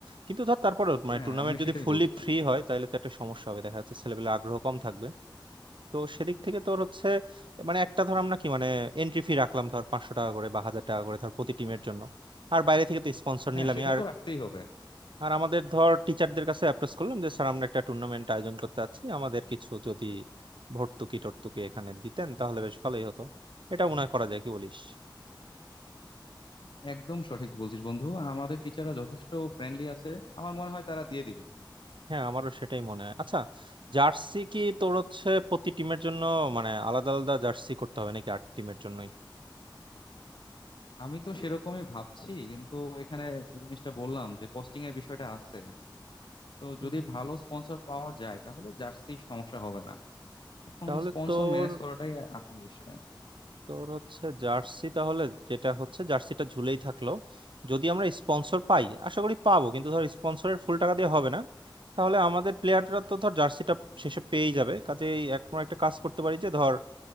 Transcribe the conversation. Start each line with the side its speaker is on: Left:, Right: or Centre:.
Right: কিন্তু ধর তারপরে মানে
Left: হ্যাঁ
Right: টুর্নামেন্ট
Left: আমিও
Right: যদি
Left: সেটাই
Right: ফুললি
Left: বলছিলাম
Right: ফ্রি হয় তাহলে তো একটা সমস্যা হবে দেখা যাচ্ছে ছেলেপেলে আগ্রহ কম থাকবে তো সেদিক থেকে তোর হচ্ছে মানে একটা ধর আমরা কি মানে এন্ট্রি ফি রাখলাম ধর পাঁচশো টাকা করে বা হাজার টাকা করে ধর প্রতি টিমের জন্য আর বাইরে থেকে তো স্পন্সর
Left: হ্যাঁ
Right: নিলামই
Left: সেটা
Right: আর
Left: তো রাখতেই হবে
Right: আর আমাদের ধর টিচারদের কাছে অ্যাপ্রোচ করলাম যে স্যার আমরা একটা টুর্নামেন্ট আয়োজন করতে চাচ্ছি আমাদের কিছু যদি ভর্তুকি টর্তুকি এখানে দিতেন তাহলে বেশ ভালোই হতো এটা মনে হয় করা যায় কি বলিস
Left: একদম সঠিক বলছিস বন্ধু আমাদের টিচাররা যথেষ্ট ফ্রেন্ডলি আছে আমার মনে হয় তারা দিয়ে দিবে
Right: হ্যাঁ আমারও সেটাই মনে হয় আচ্ছা জার্সি কি তোর হচ্ছে প্রতি টিমের জন্য মানে আলাদা আলাদা জার্সি করতে হবে নাকি আট টিমের জন্যই
Left: আমি তো সেরকমই ভাবছি কিন্তু এখানে যে জিনিসটা বললাম যে কস্টিং এর বিষয়টা আছে তো
Right: হুম।
Left: যদি ভালো স্পন্সর পাওয়া যায় তাহলে জার্সি সমস্যা হবে না এখন
Right: তাহলে
Left: স্পন্সর
Right: তোর
Left: ম্যানেজ করাটাই আসল বিষয়
Right: তোর হচ্ছে জার্সি তাহলে যেটা হচ্ছে জার্সিটা ঝুলেই থাকলো যদি আমরা স্পন্সর পাই আশা করি পাবো কিন্তু ধর স্পন্সরের ফুল টাকা দিয়ে হবে না তাহলে আমাদের প্লেয়াররা তো ধর জার্সিটা শেষে পেয়েই যাবে কাজেই এক আমরা একটা কাজ করতে পারি যে ধর